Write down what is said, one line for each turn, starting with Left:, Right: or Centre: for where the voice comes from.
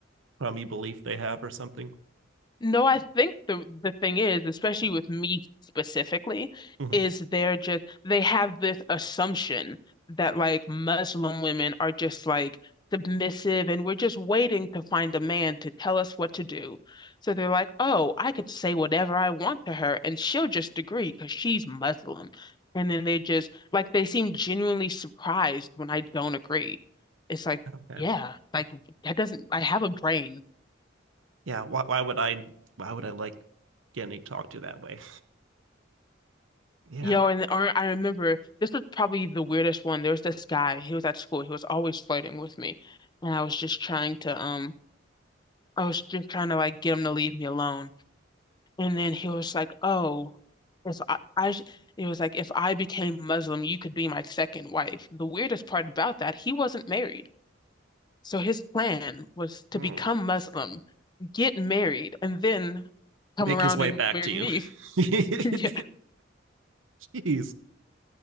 Right: crummy belief they have or something?
Left: No, I think the the thing is, especially with me specifically,
Right: hmm
Left: is they're just they have this assumption that like Muslim women are just like submissive and we're just waiting to find a man to tell us what to do. So they're like, "Oh, I could say whatever I want to her and she'll just agree because she's Muslim." And then they just like they seem genuinely surprised when I don't agree. It's like,
Right: Okay.
Left: yeah, like that doesn't I have a brain.
Right: Yeah. Why why would I why would I like getting talked to that way? Yeah.
Left: Yo, and or I remember this was probably the weirdest one. There was this guy, he was at school, he was always flirting with me. And I was just trying to um I was just trying to like get him to leave me alone. And then he was like, "Oh, if I, I sh-" he was like, if I became Muslim, you could be my second wife." The weirdest part about that, he wasn't married. So his plan was to
Right: Hmm.
Left: become Muslim, get married, and then come
Right: Make
Left: around
Right: his way
Left: and
Right: back
Left: marry
Right: to you.
Left: me. <laughs> Yeah,
Right: <laughs> Jeez.